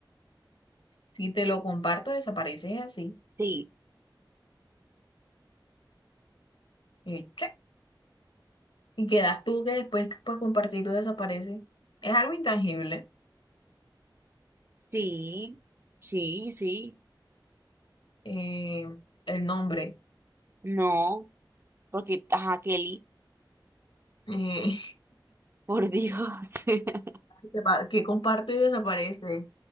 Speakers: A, on the left; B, on the right.
A: Si te lo comparto, desapareces así.
B: Sí,
A: Y, che, y quedas tú que después que puedes compartirlo desaparece. Es algo intangible.
B: sí, sí, sí.
A: Eh, el nombre.
B: No, porque, ajá, Kelly,
A: Eh,
B: por Dios. <laughs>
A: <laughs> que, pa- que comparte y desaparece.